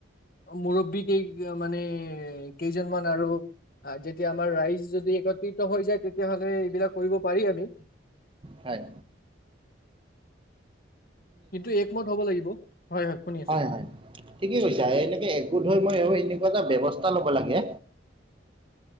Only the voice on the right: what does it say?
হয়।
হয়-হয়, ঠিকে কৈছা, এনেকে একগোট হৈ মই এ কোৱা এটা ব্যৱস্থা ল'ব লাগে।